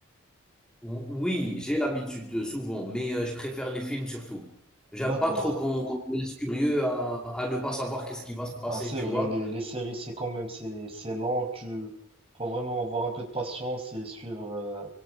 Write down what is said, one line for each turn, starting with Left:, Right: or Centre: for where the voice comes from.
Centre: oui, j'ai l'habitude, de souvent, mais heu, je préfère les films surtout. J'aime
Right: D'accord.
Centre: pas trop
Right: euh.
Centre: qu'on qu'on me laisse curieux à à ne pas savoir qu'est-ce qui va se passer,
Right: Ah, c'est
Centre: tu
Right: vrai,
Centre: vois?
Right: les, les séries, c'est quand même c'est c'est lent. Tu faut vraiment avoir un peu de patience et suivre euh,